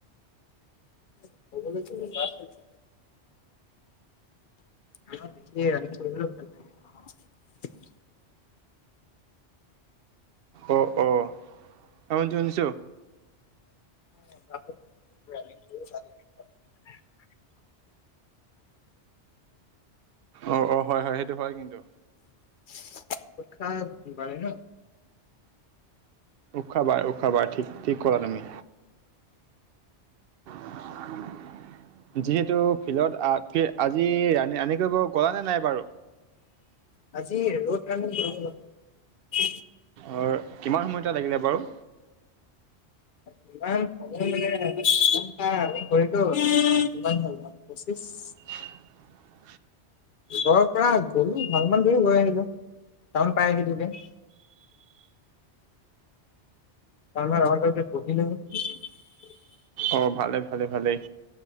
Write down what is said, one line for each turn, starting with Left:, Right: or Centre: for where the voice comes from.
Left: <unintelligible> <unintelligible>
Right: অ' অ'। অ' শুনিছোঁ শুনিছোঁ।
Left: <unintelligible>
Right: অ' অ', হয় হয়, সেইটো হয় কিন্তু।
Left: <unintelligible>
Right: উখাবা উখাবা ঠিক - ঠিক কৰা তুমি। <inaudible> যিহেতু ফিল্ডত আ - কি - আজি ৰানি - ৰানিং কৰিব গলা নে নাই বাৰু?
Left: আজি ৰড ৰানিং কৰিব যাম। উ।
Right: অৰ কিমান সময় তাত লাগিলে বাৰু?
Left: <unintelligible>
Right: <unintelligible>
Left: ওচৰৰ পৰা গ'লো ভাল মান দেৰি গৈ আহিলোঁ। টাউন পাই আহিলোঁ গে। <unintelligible>
Right: অ' ভালে ভালে ভালেই।